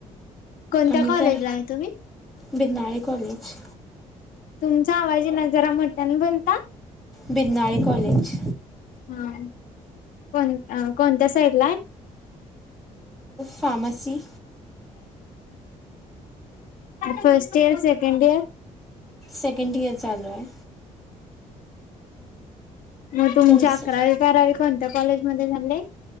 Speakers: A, on the left (about 85°); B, in the centre.
A: कोणत्या
B: आणि
A: कॉलेजला
B: काय
A: आहे तुम्ही?
B: बिरनाळे कॉलेज
A: तुमचा आवाज येना जरा मोठ्यान बोलता.
B: बिरनाळे कॉलेज
A: हा कोण कोणत्या साईड ला आहे.
B: Pharmacy
A: first second year.
B: Second year चालू आहे
A: मग तुमच्या
B: तुमचं
A: अकरावी बारावी कोणत्या कॉलेजमध्येध्ये झाले.